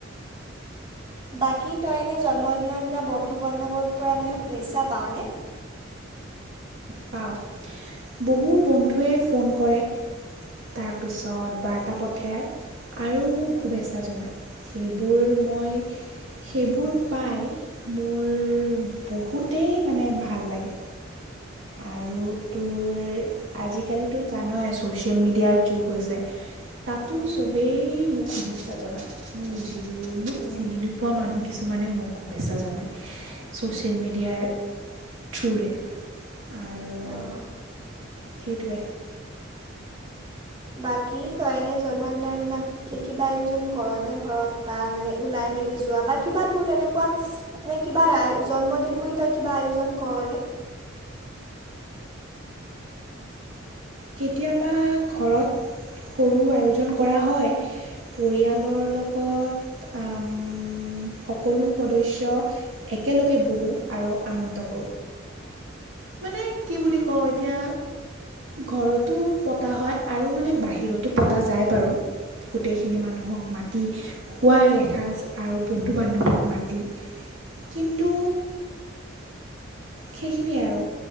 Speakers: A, on the right; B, on the right.
A: বাকী তই এনে জন্মদিনৰ দিনা বন্ধু-বান্ধৱৰ পৰা মানে শুভেচ্ছা পাও নে?
B: পাও বহু বন্ধুৱে ফোন কৰে। তাৰপিছত বাৰ্তা পঠাই আৰু মোক
A: উম,
B: শুভেচ্ছা জনায় সেই বোৰ মই সেইবোৰ পাই মোৰ বহুতেই মানে ভাল লাগে। আৰু তোৰ আজিকালিতো জানায় ছ'চিয়েল মিডিয়াৰ যুগ হৈছে তাতো
A: উম,
B: চবেই মোক শুভেচ্ছা জনায় মোৰ। মোৰ মোক
A: উম,
B: চিনি নোপোৱা মানুহ। কিছুমানেও মোক শুভেচ্ছা জনায় ছ'চিয়েল মিডিয়াৰ থ্ৰুৰে। আৰু
A: <inaudible>
B: সেইটোৱে।
A: বাকী তইনে জন্মদিনৰ দিনা বিশেষ কিবা আয়োজন কৰ ন ঘৰত বা মানে ওলাই মেলি যোৱা বা কিবা তেনেকুৱ মানে কিবা জন্মদিন বুলি তই কিবা আয়োজন কৰ ন
B: কেতিয়াবা ঘৰত সৰু আয়োজন কৰা হয়, পৰিয়ালৰ
A: অঁ
B: লগত সকলো সদস্য একেলগে বহো আৰু আনন্দ মানে কি বুলি এতিয়া ঘৰতো পতা হয় আৰু মানে বাহিৰতো পতা যায় বাৰু গোটেইখিনি মানুহক মাতি খোৱাই এসাঁজ আৰু বন্ধু-বান্ধৱীক মাতি কিন্তু। সেইখিনিয়ে আৰু